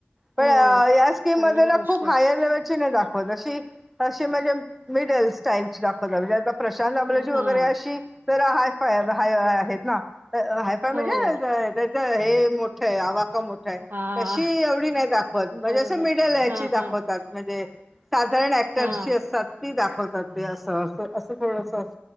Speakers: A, in the centre; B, on the right (about 50°).
A: पण
B: हो.
A: या स्कीम
B: चांगली
A: मध्ये ना
B: गोष्ट
A: खूप
B: आहे.
A: हायर लेव्हलची नाही दाख वत अशी अशी म्हणजे मिडल स्टाईल ची दाखवतात म्हणजे आता प्रशांत आंबलेची
B: हां,
A: वगैरे अशी तर हाय फाय हाय आहेत ना. हायफाय म्हणजे
B: हो.
A: त्याच हे मोठं आहे आवाका मोठ आहेत
B: हां.
A: तशी एवढी नाही दाखवत म्हणजे
B: बरोबर.
A: असं मिडल हेची
B: हां,
A: दाखवतात
B: हां.
A: म्हणजे साधारण ऍक्टर्स
B: हां,
A: ची असतात ती दाखवतात ते अस अस असं थोडस